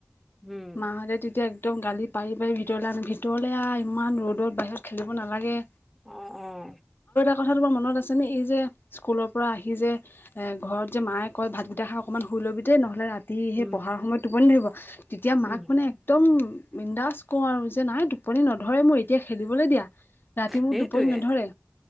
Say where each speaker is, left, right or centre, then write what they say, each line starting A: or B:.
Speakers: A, in the centre; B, on the left.
A: উম
B: মা হঁতে তেতিয়া একদম গালি পাৰি-পাৰি, ভিতৰলৈ আনে, ভিতৰলৈ আৰু ইমান ৰ'দত বাহিৰত খেলিব নালাগে।
A: অহ-অহ
B: কথাটো বৰ মনত আছেনে? এই যে স্কুলৰ পৰা আহি যে, এ ঘৰত যে মায়ে কয় ভাতকেইটা খাই অকণমান সু তুলবিতে নহলে ৰাতি সেই
A: উম
B: পঢ়া সময় টোপনি ধৰিব। তেতিয়া মাক
A: উম
B: মানে একদম বিন্দাজ কওঁ আৰু যে নাই টোপনি নধৰে মোৰ। তেতিয়া খেলিবলৈ দিয়া ৰাতি মোৰ
A: সেইটোৱে
B: টোপনি নধৰে